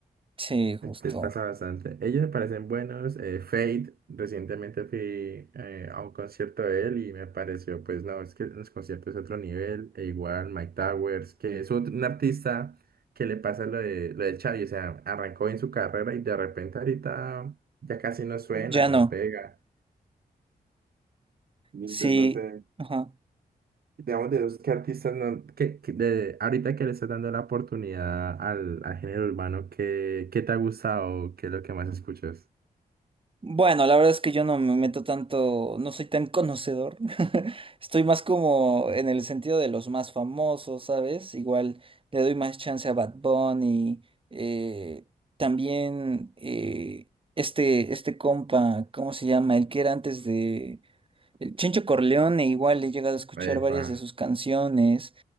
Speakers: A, on the right; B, on the right.
A: Sí, justo.
B: Les pasa bastante. Ellos me parecen buenos. eh, Fade, recientemente fui eh, a un concierto de él y me pareció, pues no, es que en los conciertos es otro nivel. E igual Mike Towers, que es otro- un artista que le pasa lo de, lo de Xavi, o sea, arrancó bien su carrera y de repente ahorita ya casi no suena,
A: Ya
B: no
A: no.
B: pega. Y
A: Sí.
B: entonces no sé,
A: ajá.
B: digamos de los que artistas no, que, que de, ahorita que le estás dando la oportunidad al, al género urbano, ¿qué, qué te ha gustado? ¿Qué es lo que más escuchas?
A: Bueno, la verdad es que yo no me meto tanto, no soy tan conocedor. <laughs> Estoy más como en el sentido de los más famosos, ¿sabes? Igual le doy más chance a Bad Bunny. eh, también eh, este, este compa, ¿cómo se llama? El que era antes de... el Chencho Corleone, igual he llegado a escuchar
B: Epa.
A: varias de sus canciones.